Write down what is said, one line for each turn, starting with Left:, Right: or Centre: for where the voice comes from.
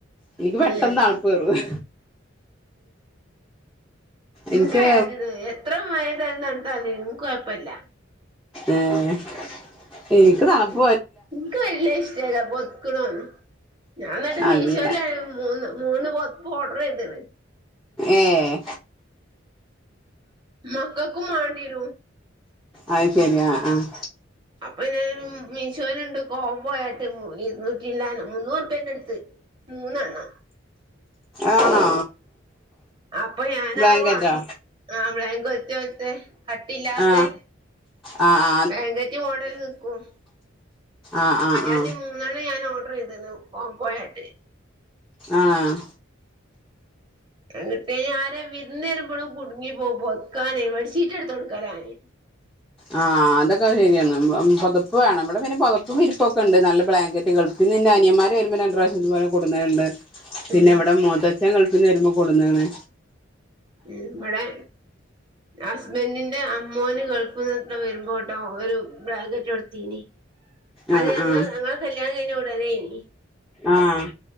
Centre: ഇനിക്ക് പെട്ടെന്ന്
Right: ഏഹ്
Centre: തണുപ്പ് കേറും എനിക്ക്
Right: ഇൻക്ക് യദ്യത് എത്ര മഴയ്താലും തണുത്താലും ഇൻക് കൊഴപ്പല്ല
Centre: ഏഹ് എനിക്ക് തണുപ്പ
Right: ഇൻക്ക് വല്യ ഇഷ്ടല്ല പൊത്ക്ണോന്നും ഞാൻ ന്നട്ട് മീശോല്
Centre: അല്ല
Right: <unintelligible> മൂന്ന് മൂന്ന് പൊതപ്പ് ഓർഡർ ചെയ്ത്ണ്
Centre: ഏഹ്
Right: മക്കക്കും മാണ്ട്യരും
Centre: അഹ് ശരി ആഹ് ആഹ്
Right: അപ്പൊ പിന്നെ മീശുനുണ്ട് കോം പോയിട്ട് ഇരുന്നൂറ്റില്ലാന ഇല്ല മുന്നൂറ്പ്യെ കെടുത്ത് മൂന്നെണ്ണം
Centre: ആണോ
Right: അപ്പൊ ഞാനാ
Centre: ബ്ലാങ്കറ്റോ
Right: വാങ്ങി ബ്ലാങ്കറ്റോൽത്തെ കട്ടില്ലാത്ത
Centre: ആ ആ ആ
Right: ബ്ലാങ്കറ്റ് മോഡൽ നിക്കും
Centre: ആഹ് ആഹ് ആഹ്
Right: യാതി മൂന്നെണ്ണം ഞാൻ ഓർഡർ യ്തിന്നു കോംപോയിട്ട്
Centre: ആഹ്
Right: അത് കിട്ടി ആരെ വിരുന്ന് വരുമ്പോഴും കുടുങ്ങി പോ പൊതക്കാനെ ബെഡ്ഷിറ്റ് എടുത്ത് കൊടുക്കലാ ഞാന്
Centre: ആഹ് അതൊക്കെ ശരിയാണ് പുതപ്പ് വേണം നമ്മടെ പിന്നെ പുതപ്പ് വിരിപ്പൊക്കെ ഉണ്ട് നല്ല ബ്ലാങ്കറ്റുകൾ പിന്നെ എന്റെ അനിയന്മാര് വരുമ്പോ രണ്ട് പ്രാവശം ഇതുപോലെ കൊടുന്നുണ്ട് പിന്നെ
Right: ഉം
Centre: എവിടെ മൂത്തച്ഛൻ ഗൾഫ്ന്ന് വരുമ്പോ കൂടുന്ന് ണ്
Right: ഉം ബടെ ഹസ്ബൻറിന്റെ അമ്മോന് ഗൾഫ്ന്ന് വരുമ്പോട്ടോ ഒരു ബ്ലാങ്കറ്റ് കൊടുതീനി
Centre: ആഹ്
Right: അത് യങ്ങഹ്
Centre: ആഹ്
Right: ഞങ്ങളെ കല്യാണം കഴിഞ്ഞ ഉടനേനി
Centre: ആഹ്